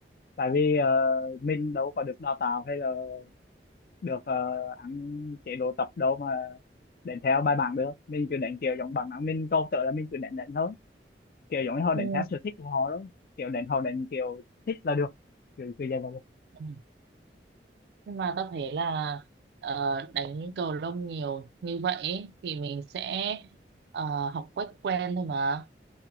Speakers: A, on the left; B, on the right.
A: tại vì ờ, mình đâu có được đào tạo hay là được uh, ăn chế độ tập đâu mà định theo bài bản được mình cứ định kiểu giống bằng nắng mình câu tự là mình cứ định định thôi kiểu giống như họ
B: ừ.
A: đánh theo sở thích của họ đó kiểu đánh họ đánh kiểu thích là được kiểu kiểu vậy là được
B: ừ. nhưng mà tao thấy là ờ, đánh cầu lông nhiều như vậy ấy, thì mình sẽ ờ, học quách quen thôi mà